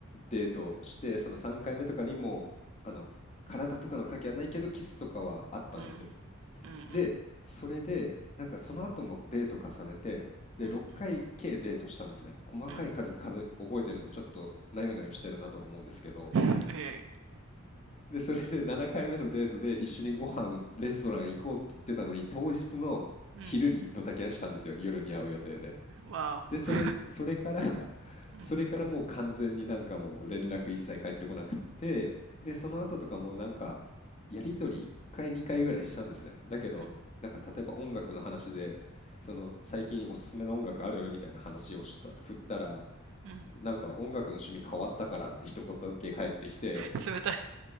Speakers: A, on the left (about 30°); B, on the right (about 60°).
A: デートをして、その3回目とかにも、あの、体とかの関係はないけど、キスとかはあったんですよ。
B: うん、うん、うん、
A: で、それで、なんかその後もデート重ねて、で、
B: うん、
A: 6回計デートしたんですね。細かい数数え覚えてるのちょっとなよなよしてるなとは思うんですけど、
B: うん。<laughs> いやいや、
A: で、それで7回目のデートで一緒にご飯、レストラン行こうって言ってたのに、当日の昼にドタキャンしたんですよ。
B: うん、
A: 夜に会う予定で。
B: わお。
A: で、それ、それから <laughs>
B: うん、
A: それからもう完全になんかもう連絡一切返ってこなくって、で、その後とかもなんか、やりとり1回、2回ぐらいしたんですね。だけど、
B: うん、
A: なんか例えば音楽の話で、その最近おすすめの音楽あるみたいな話をした、振ったら、
B: うん。
A: なんか音楽の趣味変わったからって一言だけ返ってきて、
B: <laughs> 冷たい。